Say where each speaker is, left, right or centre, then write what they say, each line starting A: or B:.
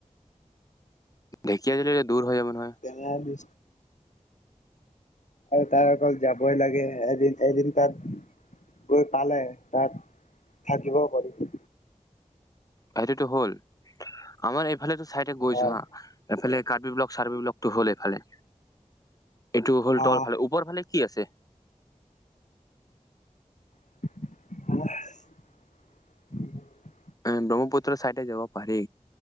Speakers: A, on the left; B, on the left.
A: ঢেকীয়াজুলি যে দূৰ হৈ যাব।
B: <unintelligible>
A: নহয়
B: আৰু তাৰ অকল যাবই লাগে এদিন এদিন তাত গত ভালে তাত থাকিবও পাৰি।
A: সেইটোতো হ'ল। আমাৰ এইফালে চাইড গৈছো
B: আহ
A: হা, এইফালে কাৰ্বি ব্লক চাৰ্বি ব্লক টো হ'ল এইফালে, এইটো হ'ল
B: আহ
A: তল ফালে, ওপৰ ফালে কি আছে?
B: <unintelligible>
A: উম ব্ৰহ্মপুত্ৰৰ চাইডে যাব পাৰি